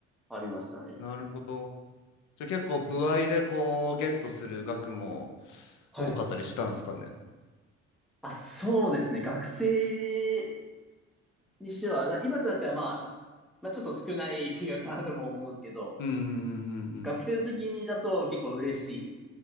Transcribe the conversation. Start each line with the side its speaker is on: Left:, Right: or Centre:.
Centre: ありましたね。
Left: なるほど。じゃあ結構歩合でこうゲットする額も
Centre: はい。
Left: 多かったりしたんですかね。
Centre: あ、そうですね。学生にしては、な今となってはまあ、まあちょっと少ない金額かなとも思うんですけど、
Left: うんうんうんうんうん。
Centre: 学生の時だと結構嬉しい